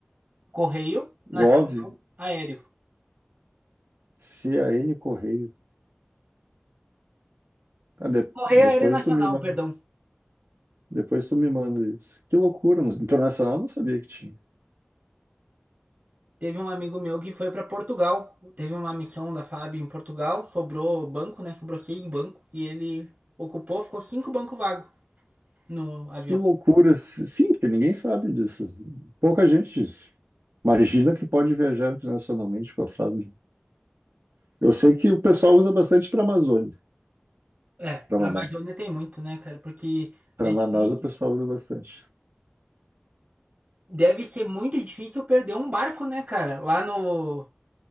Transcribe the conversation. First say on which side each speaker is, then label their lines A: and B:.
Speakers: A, on the right (about 55°); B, on the right (about 80°).
A: Correio Nacional
B: Gov,
A: Aéreo.
B: CAN Correio. Ah, de-
A: Correio
B: depois
A: Aéreo Nacional,
B: tu me manda,
A: perdão.
B: depois tu me manda isso. Que loucura! No- Internacional eu não sabia que tinha.
A: Teve um amigo meu que foi para Portugal. Teve uma missão da FAB em Portugal. Sobrou banco, né? Sobrou seis bancos. E ele ocupou, ficou cinco bancos vagos no avião.
B: Que loucura! S- Sim, porque ninguém sabe disso. Pouca gente imagina que pode viajar internacionalmente com a Fábio. Eu sei que o pessoal usa bastante para Amazônia,
A: É,
B: para
A: pra
B: Manaus.
A: Amazônia tem muito, né, cara? Porque
B: Para
A: é difícil.
B: Manaus o pessoal usa bastante.
A: Deve ser muito difícil perder um barco, né, cara? Lá no.